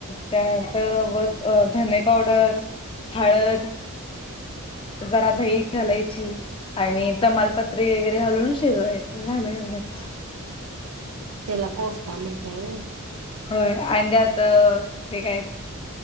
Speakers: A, on the left; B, on the right.
A: त्यात बघ धने पावडर हळद जरा दही घालायची आणि तमालपत्रीे वगैरे घालून शिजवायची. झालं ना एवढच
B: तेला कोसता म्हंतये
A: होय आणि त्यात ते काय?